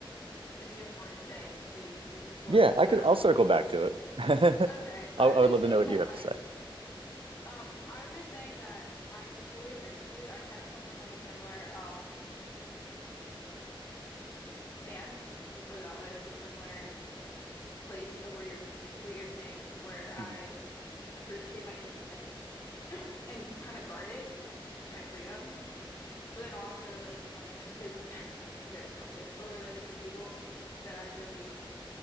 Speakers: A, on the left; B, on the right.
A: If you have more to say, please, you have the floor.
B: Yeah, I
A: But
B: could,
A: I
B: I'll
A: was just
B: circle back to it. <laughs> I,
A: okay. I
B: I
A: was
B: would
A: just
B: love
A: saying
B: to know what
A: that
B: you have
A: like
B: to say.
A: um I was just saying that I totally agree with you. I kind of come from like a similar um stance, let's put it that way, like a similar place of where you're what you're saying, where I
B: hmm
A: appreciate my independence and kind of guard it, my freedom. But then also like if I'm spending because very selective over like the people that I really